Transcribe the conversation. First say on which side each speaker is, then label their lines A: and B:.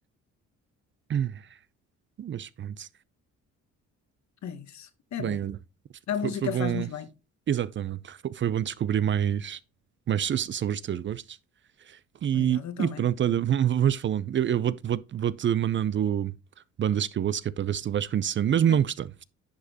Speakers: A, on the right; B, on the left.
A: <clears throat> Mas pronto.
B: É isso. É
A: Bem,
B: bom.
A: olha.
B: A música
A: Foi, foi bom.
B: faz-nos bem.
A: Exatamente. Foi, foi bom descobrir mais, mais so- so, sobre os teus gostos. E,
B: Obrigada também.
A: e pronto, olha, <laughs> vamos falando. Eu, eu vou-te vou-te- vou-te mandando bandas que eu ouço, que é para ver se tu vais conhecendo, mesmo
B: Ok.
A: não gostando.